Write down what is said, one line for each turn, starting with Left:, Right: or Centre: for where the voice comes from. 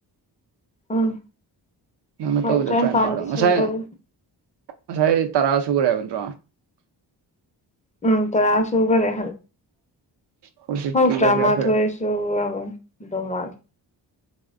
Left: ꯎꯝ
Right: ꯅꯪꯅ
Left: ꯍꯣꯏ
Right: ꯇꯧꯕꯗ
Left: ꯇꯥꯔꯥꯅꯤꯄꯟ
Right: ꯇꯔꯥꯅꯤꯄꯥꯜꯂꯣ
Left: ꯗꯤ
Right: ꯉꯁꯥꯏ
Left: ꯁꯨꯗꯔꯤ
Right: ꯉꯁꯥꯏ ꯇꯔꯥ ꯁꯨꯈꯔꯦ ꯍꯥꯏꯕꯥ ꯅꯠꯇ꯭ꯔꯣ
Left: ꯎꯝ ꯇꯔꯥ ꯁꯨꯒꯔꯦ
Right: ꯍꯧꯖꯤꯛꯀꯤꯒ
Left: ꯍꯣꯏ ꯇꯔꯥ
Right: ꯀꯌꯥ
Left: ꯃꯊꯣꯏ
Right: ꯁꯨꯔꯦ
Left: ꯁꯨꯒꯔꯕ ꯃꯥꯜꯂꯦ